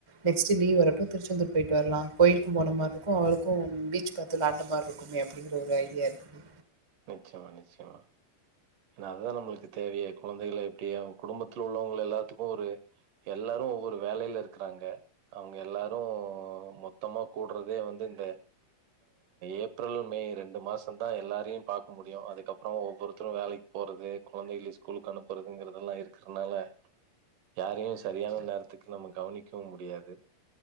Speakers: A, on the right; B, on the right.
A: நெக்ஸ்ட் லீவ் வரட்டு திருச்செந்தூர் போயிட்டு வர்ல கோயிலுக் கும் போன மாரி இருக்கு அவளுக்கு பீச் பாத்து வெளயாண்ட மாரி இருக்குமே அப்படிங்கிற ஒரு ஐடியா இருக்குது
B: நிச்சயமா நிச்சயமா இல்ல அதா நம்மளுக்கு தேவயே கொழந்தைகள எப்படியா குடும்பத்துல உள்ளவங்க உள்ள எல்லாத்துக்கு ஒரு எல் எல்லாரு ஒவ்வொரு வேலையில இருக்குறாங்க அவங்க எல்லாரு மொத்தமா கூடுறதே வந்து இந்த ஏப்ரல் மே ரெண்டு மாசந்தா எல்லாரையும் பாக்க முடியு அதுக்கப்றோ ஒவ்வொருத்தரு வேலைக் போறது கொழந்தைகளி ஸ்கூலுக்கு அனுப்புறதுங்கறதெல்லா இருக்கறனால யாரையு சரியான நேரத்துக்கு நம்ம கவனிக்கவு முடியாது